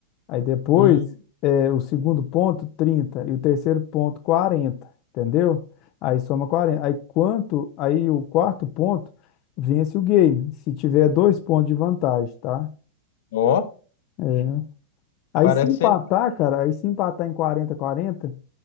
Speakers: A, on the left; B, on the left.
A: Aí depois,
B: Hum,
A: é, o segundo ponto, trinta E o terceiro ponto, quarenta Entendeu? Aí soma quarenta Aí quanto, aí o quarto ponto, vence o game. Se tiver dois pontos de vantagem, tá?
B: ó,
A: É. Aí
B: parece
A: se empatar,
B: ser.
A: cara, aí se empatar em quarenta quarenta